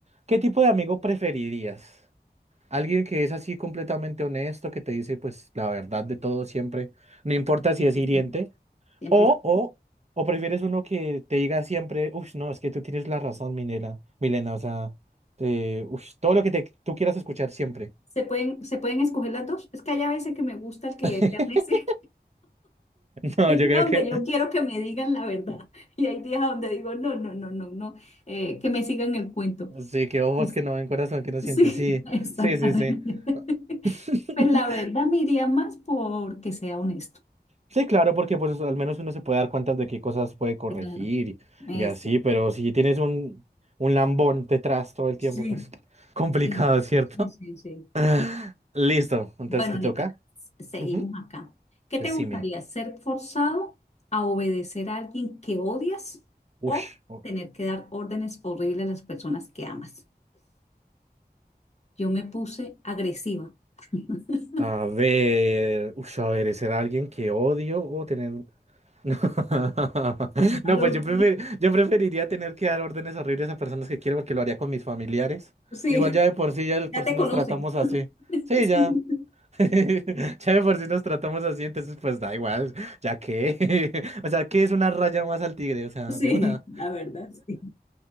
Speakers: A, on the right (about 40°); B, on the left (about 40°).
A: ¿qué tipo de amigo preferirías? ¿Alguien que es así completamente honesto, que te dice pues la verdad de todo siempre, no importa
B: Siempre
A: si es hiriente?
B: sí, siempre
A: ¿O,
B: sí.
A: o, o prefieres uno que te diga siempre, uy, no, es que tú tienes la razón, Milena, Milena, o sea, eh, uy, todo lo que te, tú quieras escuchar siempre?
B: ¿Se pueden, se pueden escoger las dos? Es que hay a veces que me gusta el que
A: <laughs>
B: desean decir. <laughs>
A: No,
B: Hay
A: yo
B: días
A: creo
B: donde
A: que
B: yo quiero que me digan la verdad y hay días donde digo, no, no, no, no, no, eh, que me sigan el cuento.
A: Sí, que ojos
B: Pues,
A: que no ven, corazón que no siente.
B: sí,
A: Sí,
B: <laughs> exactamente.
A: sí, sí, sí.
B: <laughs>
A: <laughs>
B: Pues la verdad me iría más porque sea honesto.
A: Sí, claro, porque pues al menos uno se puede dar cuenta de qué cosas puede corregir
B: Sí, Claro,
A: y,
B: exactamente.
A: y así, pero si tienes un, un lambón detrás todo el
B: Sí,
A: tiempo, pues complicado,
B: sí,
A: ¿cierto?
B: sí, sí. sí,
A: <laughs>
B: claro.
A: Listo, entonces
B: Bueno,
A: te
B: Nicolás,
A: toca.
B: seguimos
A: Ujú.
B: acá. ¿Qué te
A: Decime.
B: gustaría? ¿Ser forzado a obedecer a alguien que odias
A: Ush.
B: o
A: o-
B: tener que dar órdenes horribles a las personas que amas? Yo me puse agresiva. <laughs>
A: A ver, ush, a ver, ¿será alguien que odio o tener No, <laughs>
B: Claro,
A: no, pues yo prefer- yo preferiría tener que dar órdenes horribles a personas que quiero porque lo haría con mis familiares.
B: Sí,
A: Igual ya de por sí, ya de por
B: ya te
A: sí nos
B: conocen.
A: tratamos así.
B: <laughs>
A: Sí, ya.
B: Sí,
A: <laughs> Ya de por sí nos tratamos así, entonces pues da igual, ya que. <laughs> O sea, ¿qué es una raya más al tigre? O sea,
B: Sí,
A: de una.
B: la verdad, sí.